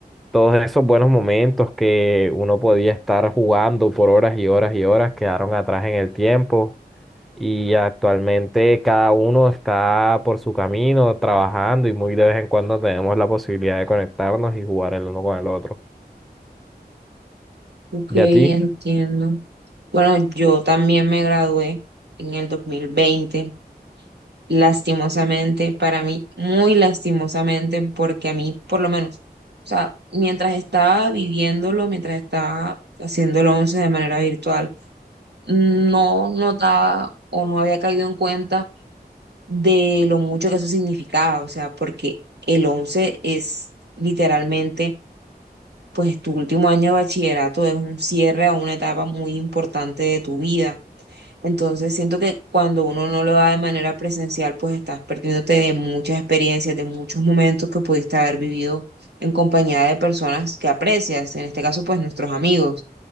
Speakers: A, in the centre; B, on the right.
A: todos esos buenos momentos que uno podía estar jugando por horas y horas y horas quedaron atrás en el tiempo. Y actualmente cada uno está por su camino, trabajando y muy de vez en cuando tenemos la posibilidad de conectarnos y jugar el uno con el otro.
B: Ok,
A: ¿Y
B: entiendo.
A: a ti?
B: Bueno, yo también me gradué en el 2020. lastimosamente, para mí, muy lastimosamente, porque a mí, por lo menos, o sea, mientras estaba viviéndolo, mientras estaba haciendo haciéndolo 11 de manera virtual, no notaba o no había caído en cuenta de lo mucho que eso significaba, o sea, porque el 11 es literalmente pues tu último año de bachillerato es un cierre a una etapa muy importante de tu vida. Entonces siento que cuando uno no lo da de manera presencial, pues estás perdiéndote de muchas experiencias, de muchos momentos que pudiste haber vivido en compañía de personas que aprecias, en este caso pues nuestros amigos.